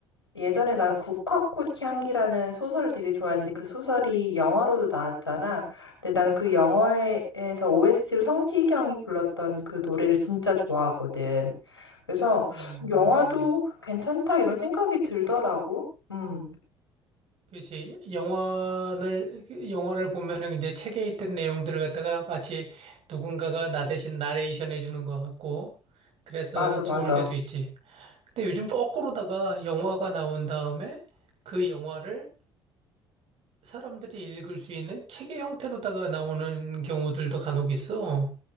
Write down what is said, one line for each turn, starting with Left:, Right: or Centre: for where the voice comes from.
Left: 예전에 난 국화꽃 향기라는 소설을 되게 좋아했는데 그 소설이 영화로도 나왔잖아. 근데 나는 그 영화에서 OST로 성시경이 불렀던 그 노래를 진짜 좋아하거든. 그래서
Right: 음,
Left: 영화도
Right: 음.
Left: 괜찮다 이런 생각이 들더라고. 음,
Right: 그렇지. 영화를, 그 영화를 보면은 이제 책에 있던 내용들을 갖다가 마치 누군가가 나 대신 나레이션 해주는 것 같고, 그래서
Left: 맞아,
Right: 좋을
Left: 맞아.
Right: 때도 있지. 근데 요즘 거꾸로다가 영화가 나온 다음에 그 영화를 사람들이 읽을 수 있는 책의 형태로다가 나오는 경우들도 간혹 있어.